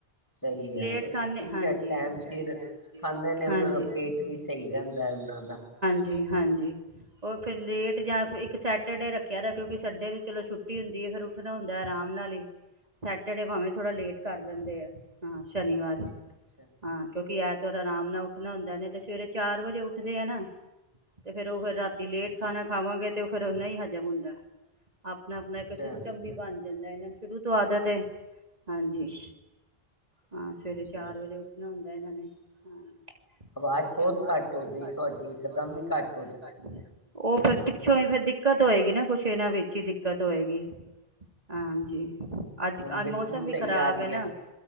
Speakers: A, on the left; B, on the right.
A: ਸਹੀ ਹੈ
B: ਲੇਟ ਖ਼ਾਨੇ
A: ਠੀਕ
B: ਹਾਂਜੀ
A: ਹੈ ਟਾਈਮ ਸਿਰ
B: ਹਾਂਜੀ
A: ਖਾਂਦੇ ਨੇ
B: ਹਜੀ।
A: ਫਿਰ ਪੇਟ ਵੀ ਸਹੀ ਰਹਿੰਦਾ ਉਹਨਾਂ ਦਾ
B: ਜੀ ਹਾਂਜੀ। ਉਹ ਫਿਰ ਲੇਟ ਜਾਂ ਇੱਕ ਸੈਟ ਸੇਟੁਰਡੇ ਰੱਖਿਆ ਦਾ ਐ ਕਿਉਂ ਸਨਡੇ ਨੂੰ ਚਲੋ ਛੱਟੀ। ਰਟੀ ਹੁੰਦੀ ਐ ਫੇਰ ਉੱਠਣਾ ਹੁੰਦਾ ਹੈ ਫਿਰ ਆਰਾਮ ਨਾਲ ਹੀ। ਸੈਟਰਡੇ ਪਾਵੇ ਥੋੜਾ ਲੇਟ ਕਰ ਲੈਂਦੇ ਆ ਹਾਂ। ਸ਼ਨੀਵਾਰ
A: ਅੱਛਾ
B: ਹਾਂ ਕਿਉਂਕਿ ਐਤ ਫੇਰ ਆਰਾਮ ਨਾਲ ਉੱਠਣਾ ਹੁੰਦਾ ਨੀ ਤੇ ਸਵੇਰੇ ਚਾਰ ਵਜੇ ਉੱਠਦੇ ਆ ਨਾ ਤੇ ਫੇਰ ਉਹ ਫਿਰ ਰਾ ਤੀ
A: ਅੱਛਾ
B: ਲੇਟ ਖਾਣਾ ਖਾਵਾਗੇ ਤੇ ਫੇਰ ਨਹੀਂ ਹਜ਼ਮ ਹੁੰਦਾ ਆਪ ਅਪਣਾ ਅਪਣਾ
A: ਅੱਛਾ
B: ਇੱਕ ਸਿਸਟਮ ਵੀ ਬਣ ਜਾਂਦਾ ਐ ਨਾਂ ਸ਼ੁਰੂ ਤੋਂ ਆਦਤ ਐ ਹਾਂਜੀ। ਹਾਂ ਸਵੇਰੇ
A: ਅੱਛਾ
B: ਚਾਰ
A: ਅੱਛਾ
B: ਵਜੇ ਉੱਠਣਾ ਹੁੰਦਾ ਐ ਇਹਨਾਂ ਨੇ। <inaudible>
A: ਆਵਾਜ਼ ਬਹੁਤ
B: ਚਲੋ, ਅਵਾਜ
A: ਘੱਟ
B: ਬਹੁਤ
A: ਗਈ
B: ਘੱਟ
A: ਤੁਹਾਡੀ
B: ਹੋ ਗਈ
A: ਇਕਦਮ
B: ਤੁਹਾਡੀ
A: ਹੀ
B: ਇਕ
A: ਘੱਟ
B: ਦਾਮ ਹੀ ਘੱਟ ਹੋ ਜਾਂਦੀ ਹੈ। ਓਹ ਫੇਰ ਪਿੱਛੋਂ ਹੀ ਫੇਰ ਦਿੱਕਤ ਹੋਏਗੀ ਨਾ ਕੁਛ ਇਹਨਾਂ ਵਿੱਚ ਹੀ ਦਿਕ ਦਿੱਕਤ ਹੋਏਗੀ। ਹਾਂਜੀ, ਅੱਜ
A: ਹੁਣ ਬਿਲਕੁਲ
B: ਮੌਸਮ ਵੀ
A: ਸਹੀ
B: ਖ਼ਰਾਬ
A: ਆ ਰਹੀ
B: ਹੈ ਨਾ